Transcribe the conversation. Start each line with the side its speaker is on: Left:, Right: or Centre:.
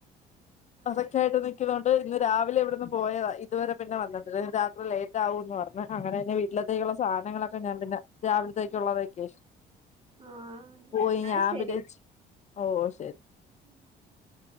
Right: അങ്ങനെല്ലേ
Left: അതൊക്കെ ആയിട്ട് നിക്കുന്നോണ്ട് ഇന്ന് രാവിലെ ഇവിടന്ന് പോയതാ ഇതുവരെ പിന്നെ വന്നിട്ടില്ല രാത്രി ലേറ്റ് ആകൂന്ന് പറഞ്ഞ് അങ്ങനെ തന്നെ വീട്ടിലത്തേക്കുള്ള സാധനങ്ങളൊക്കെ ഞാൻ പിന്നെ രാവിലത്തേക്കുള്ളതൊക്ക
Right: ആഹ്
Left: പോയി
Right: എന്നാ
Left: ഞാൻ
Right: ശരി
Left: വിചാരിച്ച് ഓ ഓ ശെരി
Right: <inaudible>